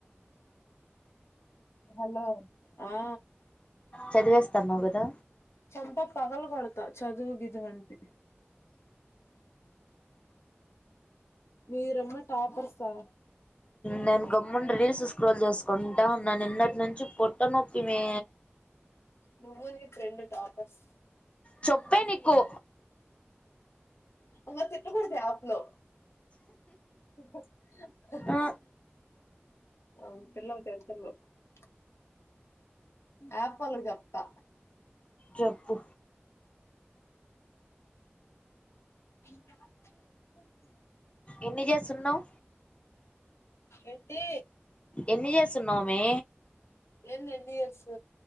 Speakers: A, on the left; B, on the left.
A: హలో. ఆ
B: చదివేస్తాన్నావ్ కదా
A: చంప పగల కొడతా చదువు గిదువంటే మీరేమో టాపర్సా
B: నేను గమ్మున రీల్స్ స్క్రోల్ చేసుకుంటా ఉన్నా నిన్నట్నుంచి పొట్టనొప్పి మే.
A: నువ్వు నీ ఫ్రెండ్ టాపర్స్.
B: చొప్పే నీకు.
A: అలా తిట్టకూడదు యాప్లో. <unintelligible>
B: ఆ
A: ఆపల్ చెప్తా
B: చెప్పు
A: <unintelligible>
B: ఎన్ని చేస్తున్నావ్
A: ఏంటి
B: ఎన్ని చేస్తున్నావు మే
A: ఎన్ ఎ యర్స్